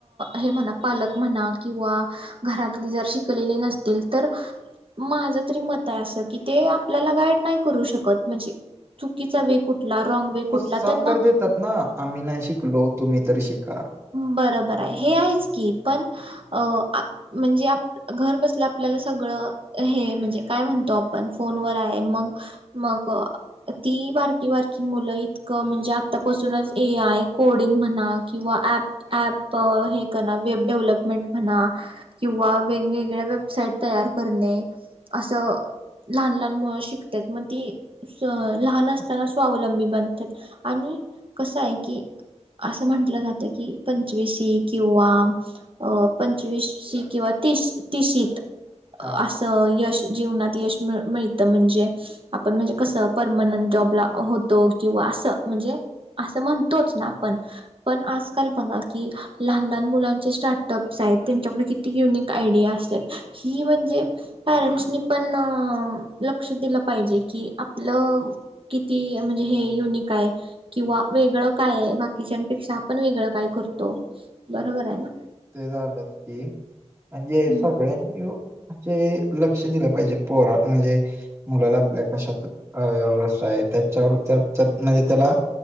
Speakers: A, on the right; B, on the right.
A: हे म्हणा पालक म्हणा किंवा... घरातली जर शिकलेली नसतील तर... माझं तरी मत आहे असं की ते आपल्याला गाईड नाही करू शकत म्हणजे.. चुकीचा वे कुठला रॉग वे कुठला..
B: सण
A: त्यांना
B: तर देतात ना आम्ही नाही शिकलो तुम्ही तर शिका...
A: बरबर आहे हे आहेच की पण अ म्हणजे... घर बसलं आपल्याला सगळं हे म्हणजे काय म्हणतो आपण फोनवर आहे मग.... मग ती बारकी बारकी मुलं इ... म्हणजे आतापासूनच ए आय कोडिंग म्हणा किंवा ऍप.... ॲप हे कणा वेब डेव्हलपमेंट म्हणा.... किंवा वेगवेगळ्या वेबसाईट तयार करणे असं.... लहान लहान मुळ शिकतात मग ती लहान असताना स्वावलंबी बनतात.... आणि कसं आहे की... असं म्हटलं जातं की पंचवीशी किंवा.... अ पंचवीशी किंवा त तीशीत अस....
B: हां,
A: यश जीवनात यश मिळ मिळतं म्हणजे.... आपण म्हणजे कसं परमनंट जॉबला होतो किंवा अस... म्हणजे असं म्हणतोच ना आपण... पण आजकाल बघा की लहान लहान मुलांचे स्टार्टअप्स आहेत त्यांच्यापैकी... ती युनिक आयडिया असतात ही म्हणजे.... पॅरेंट्सनी पण लक्ष दिलं पाहिजे कि आपलं.... किती म्हणजे हे युनिक काय किंवा वेगळं काय बाकीच्यापेक्षा आपण वेगळं काय करतो बरोबर आहे ना
B: ते झालं की म्हणजे
A: हम्म
B: सगळ्यांनीे लक्ष दिलं पाहिजे पोरा म्हणजे मुलाला आपल्या कशात रस् आहे त्याच्यावर त्या म्हणजे त्याला